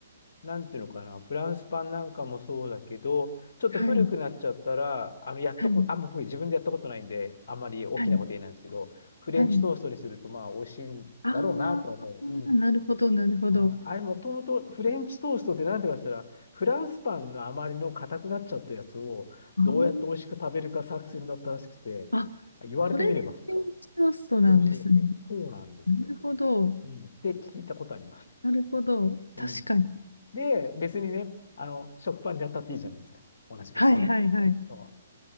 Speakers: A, on the left (about 55°); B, on the left (about 80°).
A: なんていうのかな、フランスパンなんかもそうだけど、ちょっと古くなっちゃったら、
B: はい、
A: あの、やっとこ、
B: はい、
A: あんま僕自分でやったことないんで、あんまり大きなこと言えないんですけど、
B: はい、
A: フレンチトーストにすると、
B: はい。
A: まあ、美味しいんだろうなとは思う。
B: ああ、
A: うん。
B: なるほど、なるほど。
A: うん、あれ、もともとフレンチトーストってなんていうかって言ったら、フランスパンのあまりの硬くなっちゃったやつを、
B: あー
A: どうやって美味しく食べるか作戦だったらしくて、
B: あ、
A: 言われてみればそうだ。
B: それでフレンチトーストなんですね。
A: そうそうそう。そうなんですよ。
B: なるほど。
A: うん。って聞いたことあります。
B: なるほど。
A: うん。
B: 確かに。
A: で、別にね、あの、食パンでやったっていいじゃないですか。同じことをね。
B: はいはいはい。
A: そ